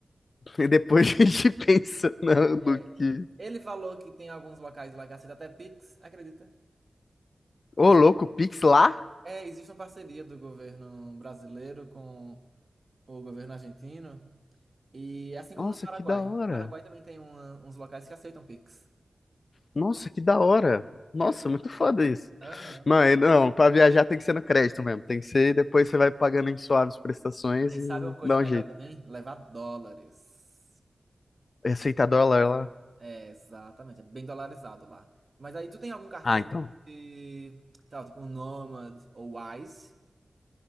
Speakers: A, on the left; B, on the right.
A: E depois <laughs> a gente pensa no,
B: É.
A: no que.
B: Ele falou que tem alguns locais lá que aceita até Pix, acredita?
A: Ô,
B: Ex-
A: louco, Pix lá?
B: É, existe uma parceria do governo brasileiro com o governo argentino. E assim como
A: Nossa,
B: no Paraguai.
A: que da hora.
B: No Paraguai também tem uma- uns locais que aceitam Pix.
A: Nossa, que da hora. Nossa,
B: É.
A: muito foda isso.
B: Aham.
A: Não, é- não, pra viajar tem que ser no crédito mesmo. Tem que ser, depois você vai pagando em suaves prestações
B: Aí
A: e
B: sabe uma coisa
A: dá
B: melhor
A: um jeito.
B: também? Levar dólares.
A: Receita dólar lá.
B: É, exatamente. É bem dolarizado lá. Mas aí tu tem algum cartão
A: Ah, então.
B: de, sei lá, tipo um Nomad ou Wise?